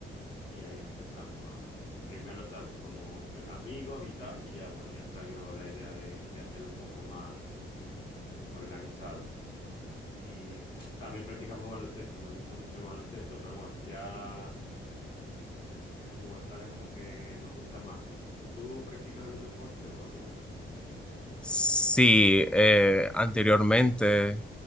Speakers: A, on the left; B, in the centre.
A: y ahí empezamos a, primero, sabes, como pr- amigos y tal, y ya bueno, ya salió la idea de, de hacerlo un poco más organizado. Y también practicamos baloncesto, nos gusta mucho el baloncesto, pero bueno, ya el fútbol sala como que nos gusta más. ¿Tú practicas algún deporte o algo?
B: Sí, eh, anteriormente,